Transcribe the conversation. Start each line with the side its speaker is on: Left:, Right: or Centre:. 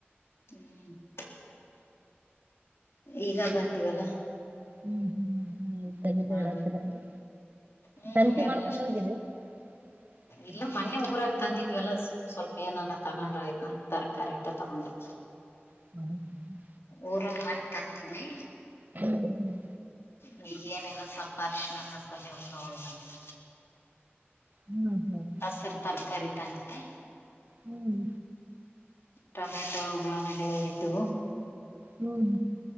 Left: <unintelligible> ಈಗ ಬಂದಿವಲ್ಲ
Right: ಹ್ಮ್ ಹ್ಮ್ ತಗಿಬಿಡ್
Left: ಮಾಡ್ಬೇಕು
Right: ಹತ್ತೀರ ರಿ
Left: ಹ್ಮ್
Right: <unintelligible>
Left: ಎಲ್ಲ
Right: ಮಾಡ್ಕೊಂಡ್ ಹೋಗಿರಿ. <unintelligible>
Left: ಇಲ್ಲ ಮೊನ್ನೇ ಊರಾಗ್ ತಂದಿದ್ವಿಲ್ಲ ಸುಮ್ ಸ್ವಲ್ಪ ಏನಾನ ತಗೊಂಡ್ರೆ ಆಯ್ತು ಅಂತ್ ತರಕಾರಿ ಅಟ್ಟ ತಗೊಂಡೆ.
Right: <unintelligible>
Left: ಊರಾಗ್ ಮನ್ನ್ ತಂದಿದ್ವಿ.
Right: ಹ್ಮ್ ಹ್
Left: ಗ ಏನೆಲ್ಲ ಸ್ವಲ್ಪ ಅರಿಶಣ ಮಸಾಲೆ ಹೋಗ್ ತಗೊಂಡ್ ಬಂದ್ವಿ.
Right: ಹ್ಮ್ ಹ್ಮ್
Left: ಹಸಿರ್ ತರಕಾರಿ ತಂತೆ
Right: ಹ್ಮ್
Left: ಟೊಮೆಟೊ <unintelligible> ಹೋಗಿದ್ದು
Right: ಹ್ಮ್